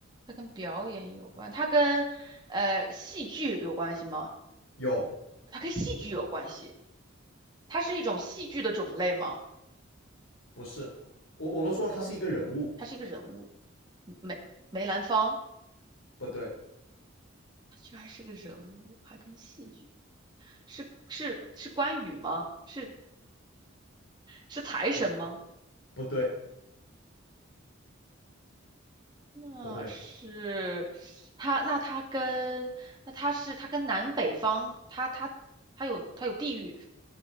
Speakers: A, on the right; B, on the left.
A: 它跟表演有关，它跟呃戏剧有关系吗？
B: 有，
A: 它跟戏剧有关系，它是一种戏剧的种类吗？
B: 不是，我我都说了，他是一个人物，
A: 它是一个人物，梅梅兰芳，
B: 不对，
A: 它居然是个人物，还跟戏剧。是是是关羽吗？是是财神吗？
B: 不不对，
A: 那是他，
B: 不对，
A: 那他跟那他是他跟南北方，他他他有他有地域，